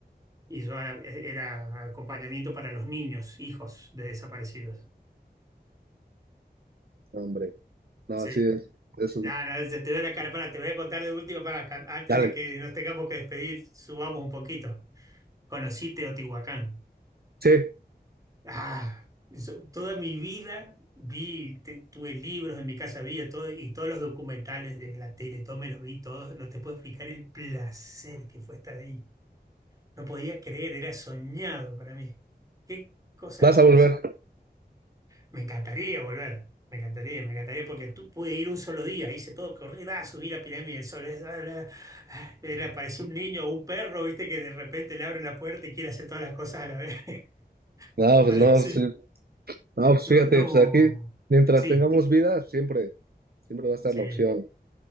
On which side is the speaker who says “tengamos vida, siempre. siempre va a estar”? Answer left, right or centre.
Right